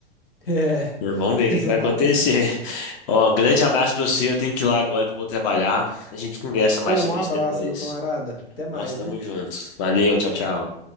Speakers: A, on the left; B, on the left.
A: É,
B: É, Vamos ver o que
A: exatamente.
B: que vai acontecer. <laughs> Ó, grande abraço pra você. Eu tenho que ir lá agora que eu vou trabalhar. A gente conversa mais
A: Ô, um
B: sobre
A: abraço,
B: isso depois.
A: meu camarada. Até mais,
B: Nós estamos
A: viu?
B: juntos. Valeu, tchau, tchau.